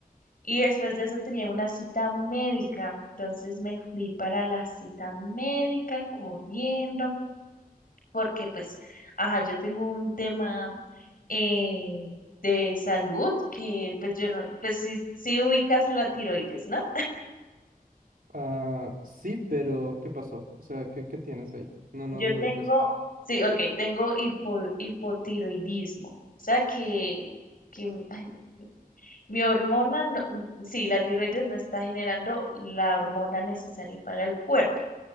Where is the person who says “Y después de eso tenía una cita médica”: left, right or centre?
Left